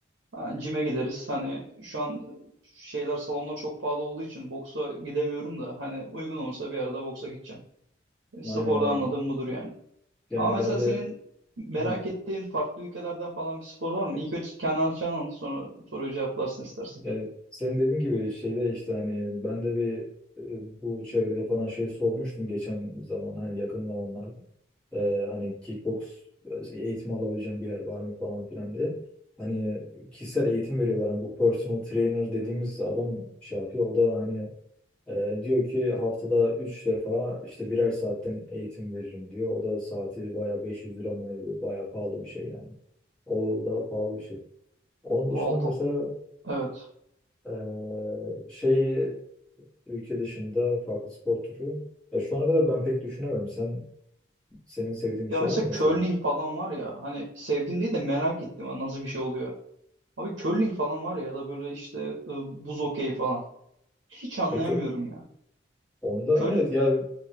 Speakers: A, on the right; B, in the centre.
A: Ha, cime gideriz. Hani şu an şeyler salonlar çok pahalı olduğu için boksa gidemiyorum da hani uygun olursa bir arada boksa gideceğim. E,
B: Aynen
A: Sporda
B: aynen.
A: anladığım budur yani.
B: Yani
A: Ama mesela
B: ben de
A: senin merak
B: hani
A: ettiğin farklı ülkelerden falan bir spor var mı? İlk önce kendi alacağını anlat sonra soruyu cevaplarsın istersen.
B: Yani senin dediğin gibi şeyde işte hani ben de bir e, bu çevrede falan şey sormuştum geçen zaman hani yakın zamanlarda. E, hani kickbox e, eğitimi alabileceğim bir yer var mı falan filan diye. Hani kişisel eğitim veriyorlar. Hani bu personal trainer dediğimiz adam şey yapıyor. O da hani e, diyor ki haftada 3 defa işte birer saatten eğitim veririm diyor. O da saati bayağı 500 lira mı ne, bayağı pahalı bir şey yani. O da pahalı bir şey. Onun
A: Bu
B: dışında
A: altı.
B: mesela
A: Evet.
B: ee, şey ülke dışında farklı spor türü. Ya şu ana kadar ben pek düşünemedim. Sen senin sevdiğin
A: Ya
B: bir şey
A: mesela
B: var mı mesela?
A: curling falan var ya hani sevdiğim değil de merak ettim nasıl bir şey oluyor. Abi curling falan var ya ya da böyle işte e, buz okey falan. Hiç anlayamıyorum
B: Peki
A: ya.
B: onda
A: Curling,
B: evet ya